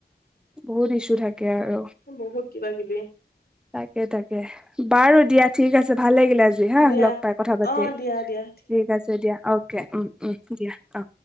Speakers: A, in the centre; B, on the left.
A: বহুত ইছো থাকে আৰু
B: বহুত কিবা কিবি
A: তাকে তাকে, বাৰু দিয়া। ঠিক আছে ভাল লাগিল। জি হা
B: দিয়া
A: লগ পাই কথা পাতি,
B: অ দিয়া দিয়া
A: ঠিক আছে দিয়া, অকে উম, উম দিয়া অ।